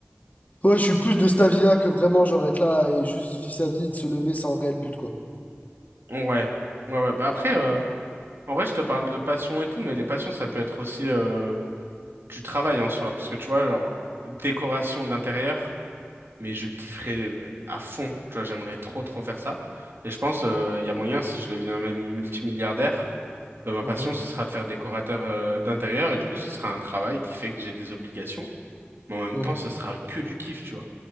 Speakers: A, on the left (about 40°); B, on the right (about 65°).
A: ouais, je suis plus de cet avis-là que vraiment, genre, être là et juste vivre sa vie et de se lever sans réel but, quoi.
B: Ouais, ouais, ouais. Bah après, euh, en vrai, je te parle de passion et tout, mais les passions, ça peut être aussi euh, du travail en soi. Parce que tu vois, genre, décoration d'intérieur, mais je kifferais à fond. Tu vois, j'aimerais trop, trop faire ça. Et je pense, euh, il y a moyen, si je deviens même multimilliardaire, bah, ma
A: Mmh.
B: passion, ce sera de faire décorateur euh, d'intérieur. Et du coup, ce sera un travail qui fait que j'ai des obligations. Mais en même
A: Mhm.
B: temps, ce sera que du kiff, tu vois.